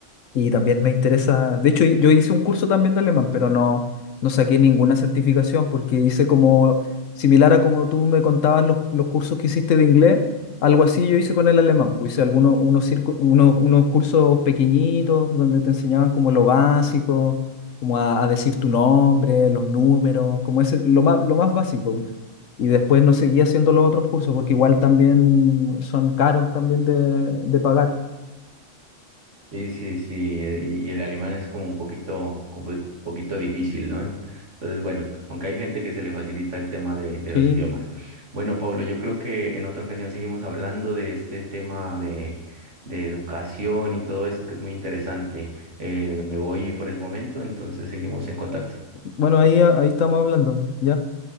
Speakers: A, on the left (about 80°); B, on the right (about 70°).
A: Y también me interesa, de hecho yo hice un curso también de alemán, pero no, no saqué ninguna certificación porque hice como similar a como tú me contabas los, los cursos que hiciste de inglés, algo así yo hice con el alemán, pues hice algunos unos, circu- unos, unos cursos pequeñitos donde te enseñaban como lo básico, como a, a decir tu nombre, los números, como ese, lo más, lo más básico. Y después no seguí haciendo los otros cursos porque igual también son caros también de, de pagar,
B: Sí, sí, sí, eh, y el alemán es como un poquito, como un poquito difícil, ¿no? En- Entonces, bueno, aunque hay gente que se le facilita el tema de, de
A: ¿sí?
B: los idiomas. Bueno, Pablo, yo creo que en otra ocasión seguimos hablando de este tema de, de educación y todo esto que es muy interesante. Eh, me voy por el momento, entonces seguimos en contacto.
A: Bueno, ahí, ahí estamos hablando. Ya,